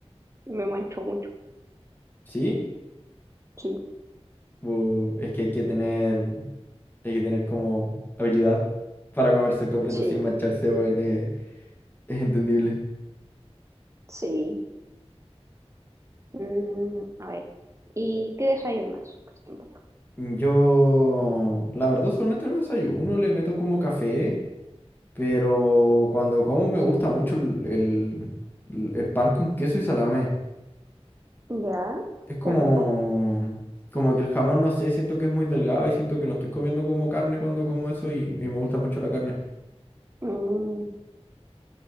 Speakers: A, on the right; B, on the left.
A: me mancho mucho.
B: ¿Sí?
A: Sí,
B: Bu, es que hay que tener. Hay que tener como habilidad para comerse el completo
A: sí,
B: sin mancharse, weón. eh, es entendible.
A: sí. Mm, a ver, ¿y qué desayunas siempre?
B: Yo, la verdad, solamente en el desayuno, le meto como café. Pero cuando como me gusta mucho el, el- el- pan con queso y salame.
A: Ya,
B: Es como,
A: qué rico.
B: como que el jamón, no sé, siento que es muy delgado y siento que no estoy comiendo como carne cuando como eso y, y me gusta mucho la carne.
A: Mm,